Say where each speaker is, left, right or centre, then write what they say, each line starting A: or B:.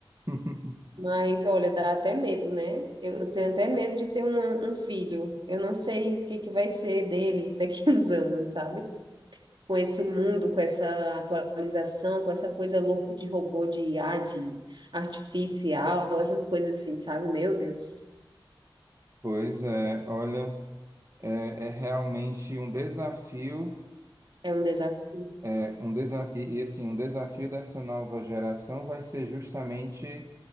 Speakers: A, on the right; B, on the right.
A: <laughs>
B: Mas, olha, dá até medo, né? Eu eu tenho até medo de ter um, um filho. Eu não sei o que que vai ser dele daqui <laughs> uns anos, sabe? Com esse mundo, com essa atualização, com essa coisa louca de robô, de IA, de artificial, essas coisas assim, sabe? Meu Deus,
A: Pois é, olha, é, é realmente um desafio,
B: é um desafio.
A: é, um desa e, e, assim, um desafio dessa nova geração vai ser justamente